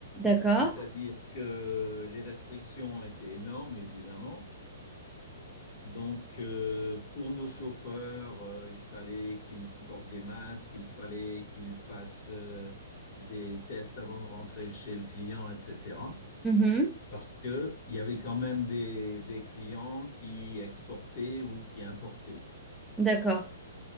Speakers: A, in the centre; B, on the left (about 35°).
A: d'accord.
B: C'est-à-dire que les restrictions étaient énormes, évidemment. Donc, euh, pour nos chauffeurs, euh, il fallait qu'ils portent des masques, il fallait qu'ils passent euh, des tests avant de rentrer chez le client, etc.
A: Mhm,
B: Parce que il y avait quand même des, des clients qui exportaient ou qui importaient.
A: d'accord.